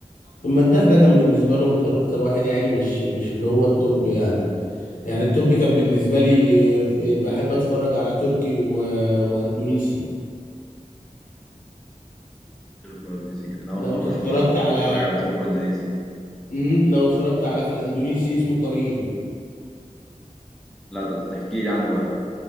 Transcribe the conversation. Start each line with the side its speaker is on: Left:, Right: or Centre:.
Left: المداح ده كان بالنسبه لهم كان اكتر واحد يعني مش مش اللي هو التوب يعني يعني التوب كان بالنسبة لي آه، آه، بحب اتفرج على تركي و... واندونيسي
Centre: تركو اندونيسي انا اول
Left: لو
Centre: مره
Left: اتفرجت
Centre: اشوف حد بيتفرج
Left: على
Centre: على تركو اندونيسي
Left: مم، لو اتفرجت على في الاندونيسي اسمه قرين
Centre: لا ده انت تحكي لي عنه بقى